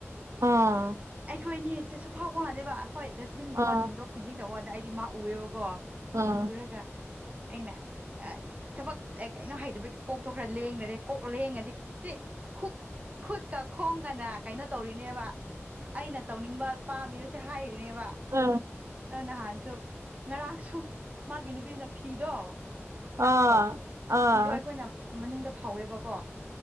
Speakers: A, on the right; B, on the right.
A: ꯑꯥ
B: ꯑꯩꯈꯣꯏ ꯑꯅꯤꯁꯦ ꯁꯨꯐꯥꯎ ꯐꯥꯎꯅꯗꯦꯕ ꯍꯣꯏ ꯗꯁꯕꯤꯟꯒꯨꯝꯕ
A: ꯑꯥ
B: ꯊꯤꯟꯗꯣꯛ <unintelligible> ꯑꯩꯗꯤ ꯃꯥ ꯎꯏꯌꯦꯕꯀꯣ
A: ꯑꯥ
B: ꯎꯔꯒ ꯑꯩꯅ ꯑꯩ ꯊꯕꯛ ꯑꯦ ꯀꯩꯅꯣ ꯍꯩꯇꯕꯒꯤ ꯀꯣꯛꯇꯣ ꯈꯔ ꯂꯦꯡꯅꯔꯦ ꯀꯣꯛ ꯂꯦꯡꯉꯗꯤ ꯨ ꯁꯤ ꯈꯨꯛ ꯈꯨꯠꯀ ꯈꯣꯡꯒꯅ ꯀꯩꯅꯣ ꯇꯧꯔꯤꯅꯦꯕ ꯑꯩꯅ ꯇꯧꯅꯤꯡꯕ ꯄꯥꯝꯃꯤꯕꯁꯦ ꯍꯥꯏꯔꯤꯅꯦꯕ꯫
A: ꯑꯥ ꯑꯥ
B: ꯑ ꯅꯍꯥꯟꯁꯨ ꯉꯔꯥꯡꯁꯨ ꯃꯥꯒꯤ ꯅꯨꯄꯤꯗꯨꯅ ꯐꯤꯗꯣ꯫
A: ꯑꯥ
B: ꯇꯥꯕ꯭ꯔꯣ
A: ꯑꯥ
B: ꯐꯤꯗꯣ ꯑꯩꯈꯣꯏꯅ ꯃꯅꯨꯡꯗ ꯐꯧꯋꯦꯕꯀꯣ꯫